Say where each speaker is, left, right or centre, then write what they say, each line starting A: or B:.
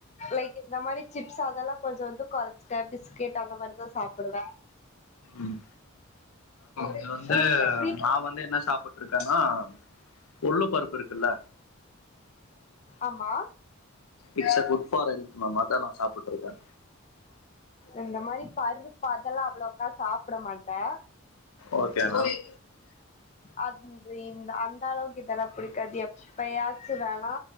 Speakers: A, on the left; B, on the left.
A: லைக் இந்த மாதிரி சிப்ஸ் அதெல்லாம் கொஞ்சம் வந்து குறைச்சிட்ட பிஸ்கட் அந்த மாதிரிதான் சாப்பிடுவேன்
B: ம் இது வந்து
A: உங்களுக்கு எப்டி
B: நான் வந்து என்ன சாப்பட்டு ட்டுட்டு இருக்கன்னா கொள்ளு பருப்பு இருக்குல்ல
A: ஆமா
B: இட்ஸ்ஸ குட்ஃபார் ஹெல்த் மேம் அதா நா சாப்புட்டுருக்க
A: இந்த மாரி பருப்பு அதெல்லா அவ்ளோக்கா சாப்புட மாட்ட
B: ஓக்கே மேம்
A: அத்திந் அந்தளவுக்கு இதெல்லா புடிக்காது எப் எப்யாச்சு வேணா